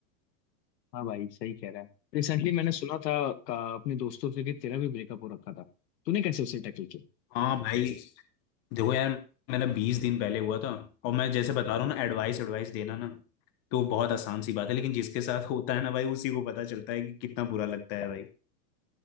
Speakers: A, on the left (about 75°); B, on the left (about 20°).
A: हाँ भाई सही कह रहा है रिसेंटली मैंने सुना था का, अपने दोस्तों से कि तेरा भी ब्रेकअप हो रखा था तूने कैसे उसे टैकल किया
B: हाँ भाई देखो यार मेरा बीस दिन पहले हुआ था और मैं जैसे बता रहा हूँ ना एडवाइस एडवाइस देना ना तो बहुत आसान सी बात है लेकिन जिसके साथ होता है ना भाई उसी को पता चलता है कि कितना बुरा लगता है भाई